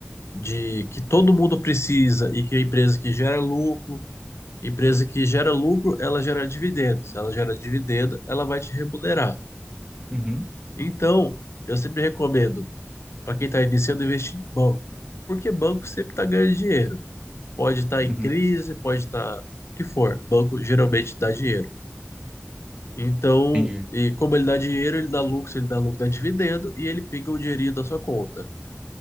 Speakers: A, on the left; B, on the right.
A: de que todo mundo precisa e que é empresa que gera lucro Empresa que gera lucro, ela gera dividendo. Se ela gera dividendo, ela vai te remunerar.
B: uhum,
A: Então, eu sempre recomendo para quem está iniciando investir em banco, porque banco sempre está ganhando dinheiro. Pode estar
B: uhum,
A: em crise, pode estar o que for. Banco geralmente dá dinheiro. Então,
B: entendi.
A: e como ele dá dinheiro, ele dá lucro, ele dá lucro, dá dividendo e ele pinga o dinheirinho da sua conta,